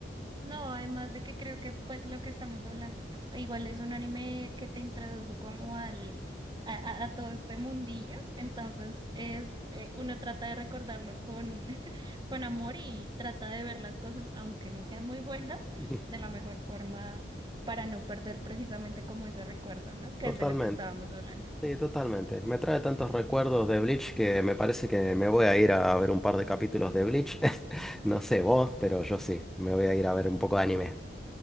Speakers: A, on the right; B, in the centre.
A: No, además de que creo que pues lo que estamos hablando, ¿no? Igual es un anime que te introdujo como al a, a- a todo este mundillo, entonces es eh, uno trata de recordarlo con <laughs> con amor y trata de ver las cosas aunque no sean muy buenas
B: <laughs>
A: de la mejor forma para no perder precisamente como ese recuerdo, ¿no? Que
B: Totalmente.
A: es de lo que estábamos hablando.
B: Sí, totalmente. Me trae tantos recuerdos de Bleach que me parece que me voy a ir a ver un par de capítulos de Bleach. <laughs> No sé vos, pero yo sí, me voy a ir a ver un poco de anime.